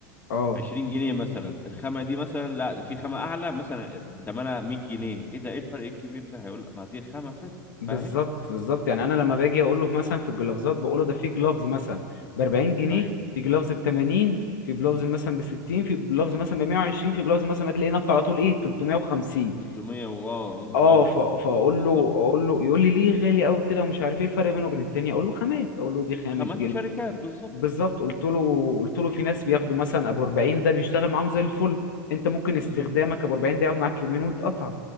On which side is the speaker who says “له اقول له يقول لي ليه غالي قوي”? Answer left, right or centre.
Left